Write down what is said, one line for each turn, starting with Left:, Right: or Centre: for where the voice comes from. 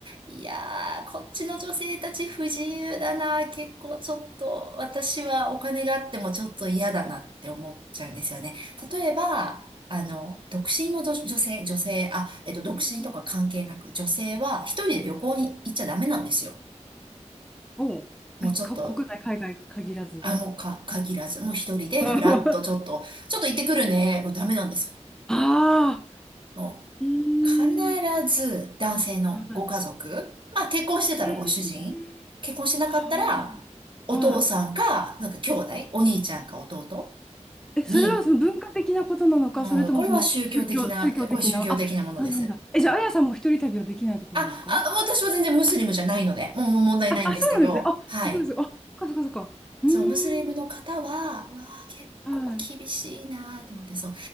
Right: いやー、こっちの女性たち不自由だな、結構ちょっと、私はお金があってもちょっと嫌だなって思っちゃうんですよね。例えば、あの、独身の女女性、女性、あ、えっと、独身とか関係なく、
Centre: うん
Right: 女性は一人で旅行に行っちゃダメなんですよ。
Centre: おう、
Right: もうちょっと
Centre: え、か、国内、海外限らず。
Right: あ、もうか、限らず、もう一人でフラッとちょっと、
Centre: <laughs> あ
Right: ちょっと行ってくるね。もうダメなんです。
Centre: あ
Right: も
Centre: ええ
Right: う、必ず男性のご家族、
Centre: はい。
Right: まあ結婚してたらご主人、
Centre: ええ。
Right: 結婚してなかったら、
Centre: はあ、
Right: お父さんか、
Centre: はい。
Right: なんか兄弟、お兄ちゃんか弟
Centre: うんえ、それはその文化的なことなのか、
Right: に、もう、
Centre: それともその宗教、
Right: これは宗教的な、
Centre: 宗教的な、
Right: これ宗教的なものです。
Centre: あ、あ、なんだ。え、じゃあ、あやさんも一人旅はできないってことですか
Right: あ、あ私は全然ムスリムじゃないので、もうもう問題ないんですけど、
Centre: あ、あ、そうなんですね。あ、
Right: はい。
Centre: すごいすごい。あ、そっかそっかそっか。うーん。
Right: そう、ムスリムの方は、うわあ、結構厳しいなーと思って、
Centre: はい。
Right: そ